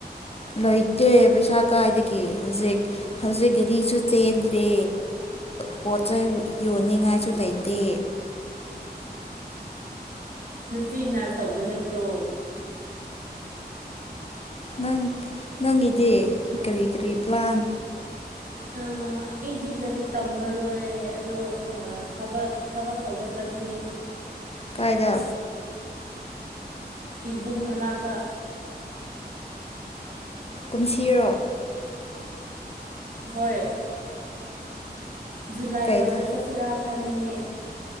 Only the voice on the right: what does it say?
ꯅꯨꯆ ꯅꯅꯥꯔꯁ ꯇꯧꯕ ꯅꯠꯇ꯭ꯔꯣ
ꯑꯩꯗꯤ ꯂꯥꯏꯔꯤꯛ ꯇꯝꯃꯔꯣꯏ ꯑꯗꯣꯕ ꯊꯕꯛ ꯇꯧꯕ ꯆꯠꯀꯅꯤ
ꯏꯕꯨꯡ ꯃꯅꯥꯛꯇ
ꯍꯣꯏ ꯖꯨꯂꯥꯏ
ꯋꯥꯏꯗ
ꯆꯁꯤꯔ ꯈꯟꯕꯅꯦ